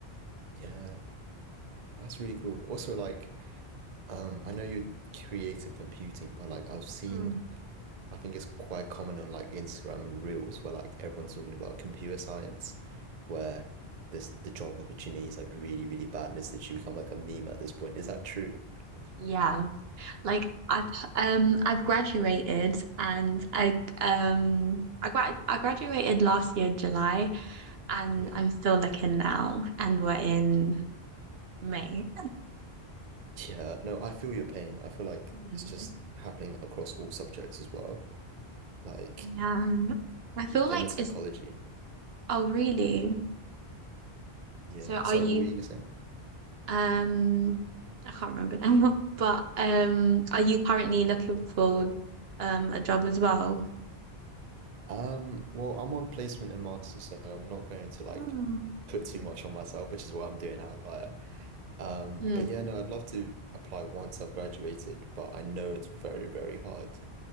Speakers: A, on the right; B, on the right.
A: Yeah, that's really cool. Also, like um I know you're creative computing, but like I've seen
B: Mm.
A: I think it's quite common on like Instagram and Reels where like everyone's talking about computer science, where there's the job opportunity is like really really bad and it's literally become like a meme at this point. Is that true?
B: Yeah, like I um I've graduated and I um I gra I graduated last year July and
A: Yeah.
B: I'm still looking now and we're in May.
A: Yeah, no, I feel your pain. I feel like
B: Mhm.
A: it's just happening across all subjects as well. Like,
B: Yeah. I feel
A: same
B: like
A: with psychology.
B: it's oh really?
A: Yeah.
B: So
A: Sorry,
B: are you
A: what were you gonna say?
B: um I can't remember now, <laughs> but um are you currently looking for um a job as well?
A: Um, well, I'm on placement and master, so I'm not going to like
B: Mm.
A: put too much on myself, which is why I'm doing Outlier. Um,
B: Mm.
A: but yeah, no, I'd love to apply once I've graduated, but I know it's very, very hard